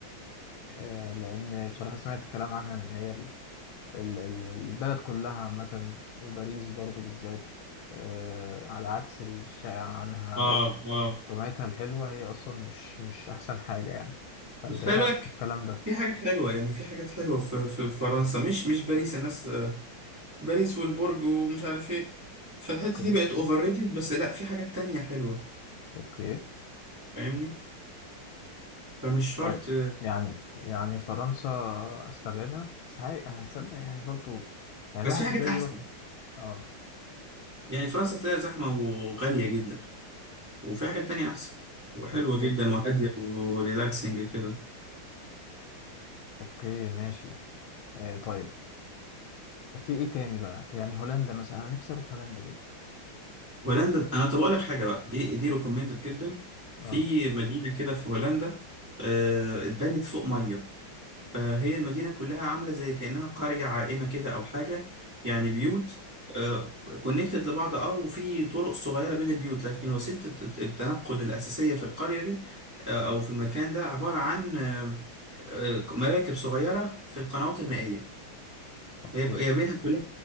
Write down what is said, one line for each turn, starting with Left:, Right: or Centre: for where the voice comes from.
Left: آه، لأن بصراحة سمعت كلام عنها إن هي ال- ال- ال- البلد كلها عامة وباريس برضو بالذات آه، على عكس الشائع عنها
Right: اه اه
Left: سمعتها الحلوة هي أصلا مش مش أحسن حاجة يعني فأنت
Right: بس خلي
Left: إيه رأيك
Right: بالك
Left: في الكلام ده؟
Right: في حاجات حلوة يعني في حاجات حلوة في في في فرنسا مش مش باريس الناس باريس والبرج ومش عارف ايه فالحتة
Left: اوكي
Right: دي بقت اوفر ريتد بس لا في حاجات تانية حلوة
Left: أوكي
Right: فاهمني فمش شرط
Left: طيب يعني يعني فرنسا أستبعدها بس هي- هتصدق يعني برضو يعني
Right: بس
Left: الواحد
Right: في حاجات
Left: ده يروح
Right: أحسن
Left: أه
Right: يعني فرنسا تلاقي زحمة وغالية جدا وفي حاجات تانية أحسن وحلوة
Left: أوكي
Right: جدا وهادية وريلاكسنج كده
Left: أوكي ماشي آه، طيب في ايه تاني بقى يعني هولندا مثلا انا نفسي اروح هولندا جدا
Right: هولندا أنا طب أقول لك حاجة بقى دي دي ريكومندد جدا في
Left: اه
Right: مدينة كده في هولندا آه، اتبنت فوق مية فهي المدينة كلها عاملة زي كأنها قرية عائمة كده أو حاجة يعني بيوت كونكتد لبعض اه وفي طرق صغيرة بين البيوت لكن وسيلة الت- الت- التنقل الأساسية في القرية دي آه، أو في المكان ده عبارة عن آه، آه، مراكب صغيرة في القنوات المائية
Left: اوكي
Right: هي هي بينها كلها